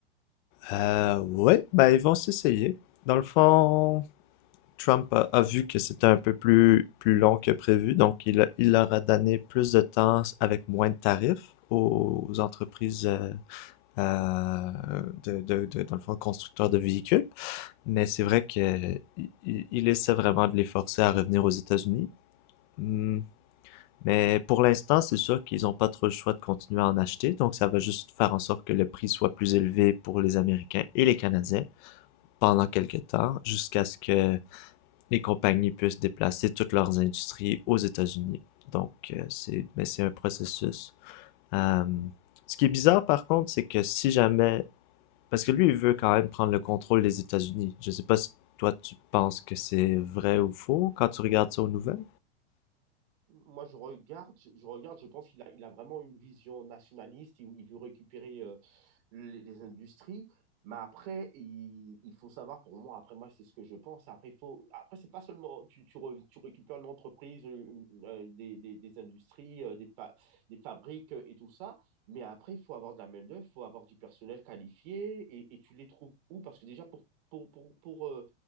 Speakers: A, on the left; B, on the right.
A: Euh, ouais, ben ils vont s'essayer. Dans le fond, Trump a, a vu que c'était un peu plus, plus long que prévu, donc il, a- il leur a donné plus de temps avec moins de tarifs aux entreprises euh, euh, de, de, de- dans le fond, constructeurs de véhicules. Mais c'est vrai que i- i- il essaie vraiment de les forcer à revenir aux États-Unis. Hmm. Mais pour l'instant, c'est sûr qu'ils n'ont pas trop le choix de continuer à en acheter, donc ça va juste faire en sorte que le prix soit plus élevé pour les Américains et les Canadiens. pendant quelque temps jusqu'à ce que les compagnies puissent déplacer toutes leurs industries aux États-Unis. Donc, euh, c'est mais c'est un processus. Euh, ce qui est bizarre, par contre, c'est que si jamais... Parce que lui, il veut quand même prendre le contrôle des États-Unis. Je sais pas si toi, tu penses que c'est vrai ou faux quand tu regardes ça aux nouvelles.
B: Moi, je regarde, je, je regarde, je pense qu'il a, il a vraiment une vision nationaliste. Il, il veut récupérer euh, les, les industries. Mais après, il, il, faut savoir, pour moi, après moi, c'est ce que je pense. Après, il faut, après c'est pas seulement tu, tu, re, tu récupères une entreprise, une, euh, des, des, des, industries, euh, des, fa, des fabriques euh, et tout ça, mais après, il faut avoir de la main-d'œuvre, il faut avoir du personnel qualifié et, et tu les trouves où? Parce que déjà, pour, pour, pour, pour euh,